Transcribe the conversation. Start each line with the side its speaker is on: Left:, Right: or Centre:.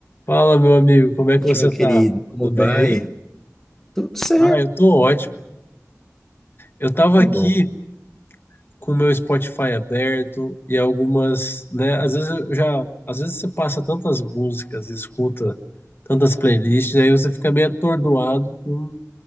Left: Fala, meu amigo, como é que
Centre: noite,
Left: você
Centre: meu querido.
Left: tá?
Centre: Como
Left: Tudo bem
Centre: vai?
Left: aí?
Centre: Tudo certo,
Left: Ah, eu tô ótimo. Eu tava
Centre: que
Left: aqui
Centre: bom.
Left: com o meu Spotify aberto e algumas, né, às vezes eu já, às vezes você passa tantas músicas, e escuta tantas playlists, aí você fica meio atordoado com